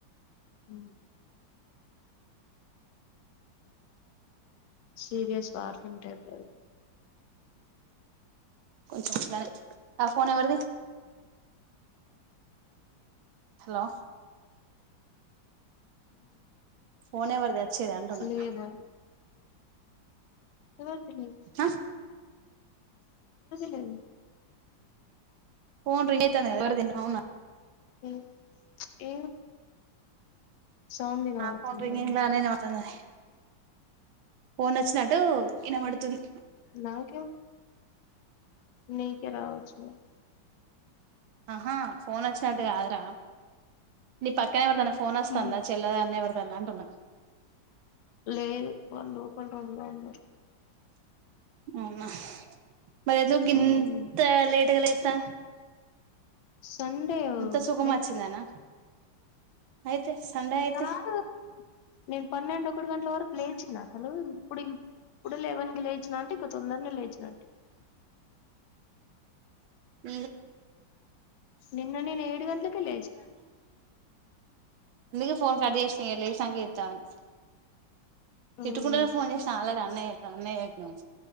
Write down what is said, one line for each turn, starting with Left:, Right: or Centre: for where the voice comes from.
Left: ఉ సీరియస్ వార్నింగ్ టైబ్
Right: కొంచెం ఇలానే ఆ ఫోన్ ఎవరిది హలో పోనే వదా వచ్చేద అంటన్నా
Left: లేవా సబరి త ఎరి
Right: ఆ
Left: కన్నాడి
Right: పోోన్ ర అయితేద అవునా
Left: ఏ ఏ సౌడిిన
Right: నా
Left: వతుంది
Right: ఫోన్ రింగింగ్
Left: మేడం
Right: లానే వినపడుతుంది ఫోన్ వచ్చినటు వినబడుతుంది
Left: నాకేం నీకే రావచ్చు మరి
Right: ఆహా ఫోన్ వచ్చినట్టు కాదురా నీ పక్కనే ఎవరు దాన్న ఫోన్ వస్తాందా
Left: హ్మ్
Right: చెల్లదా అన్న ఎవరు అదా నాంటన్నా
Left: లేదు వాళ్ళు లోపలగా ఉన్నారు
Right: అవునా మరిదు
Left: హ్మ్
Right: ఇంత లేట్గాలతా
Left: సండే
Right: ఇంత సుఖం
Left: నిన్న
Right: వచ్చిందానా అయితే సండే అయితే
Left: కాదు నేను పన్నెండు ఒకటి గంటల వరకు లేచినతలు ఇప్పుడు ఇప్పుడు లేవన్కి లేచిన అంటే ఇంక తొందరనే లేచినట్టు
Right: మీ
Left: నిన్న నేను ఏడ్ గంట్లకి లేసిన
Right: అందుకే ఫోన్ కట్ చేసిన ఇంగ లేసినక చేద్దాం అని
Left: హ్మ్
Right: తిట్టుకుంటేనే ఫోన్ చేసినా ఆలాడు అన్నయ్య అన్నయ్య అను